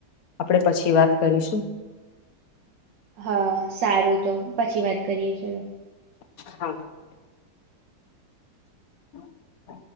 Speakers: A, on the left (about 55°); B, on the right (about 80°).
A: આપણે પછી વાત કરીશું.
B: હા, સારું તો. પછી વાત કરીએ ચલો.
A: હા. <inaudible>